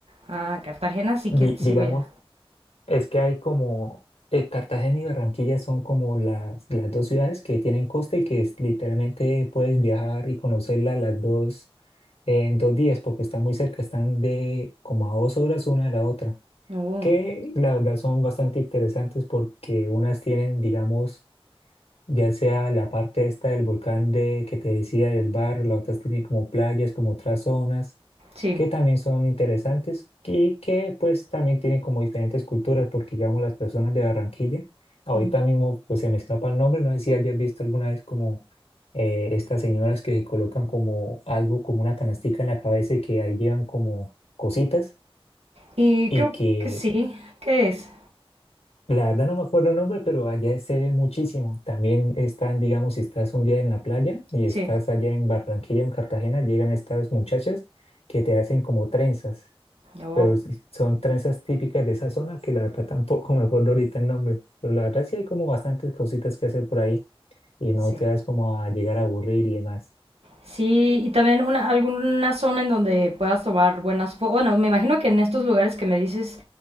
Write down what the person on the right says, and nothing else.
Ah, Cartagena sí
que sí
voy a.
Uh,
sí.
Mm.
Y
creo
que sí. ¿Qué es?
Sí.
Oh,
sí.
Sí, y también una, alguna zona en donde puedas tomar buenas fotos. Bueno, me imagino que en estos lugares que me dices